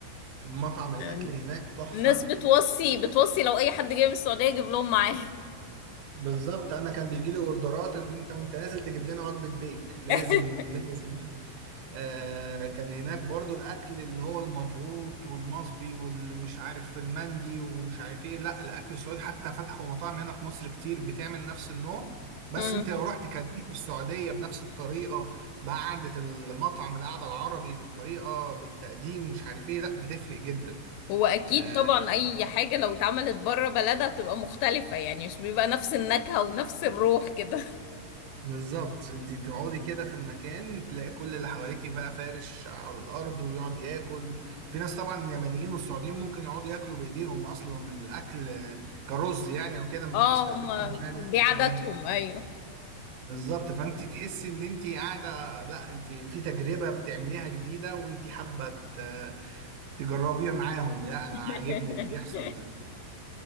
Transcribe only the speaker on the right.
مطعم الاكل
هناك تحفة
بالظبط انا كان بيجي لي اوردرات ان انت وانت نازل تجيب لنا وجبة بيك لازم
لازم آه، كان هناك برضو الاكل اللي هو المضغوط والمصبي والمش عارف المندي ومش عارف ايه لا الاكل السعودي حتى فتحوا مطاعم هنا في مصر كتير بتعمل نفس النوع بس
انت لو رحت كلتيه في السعودية بنفس الطريقة بقعدة المطعم القعدة العربي بالطريقة بالتقديم مش عارف ايه لا بتفرق جدا
آه،
بالظبط انت تقعدي كده في المكان تلاقي كل اللي حواليكي بقى فارش على الارض ويقعد ياكل في ناس طبعا اليمنيين والسعوديين ممكن يقعدوا ياكلوا بايديهم اصلا الاكل كرز يعني وكده مش
بيستخدموا
يعني
الحاجات
دي
بالظبط فانت تحسي ان انت قاعده لا انت في تجربه بتعمليها جديده وانت حابه ت- تجربيها معاهم لا
انا عاجبني اللي بيحصل ده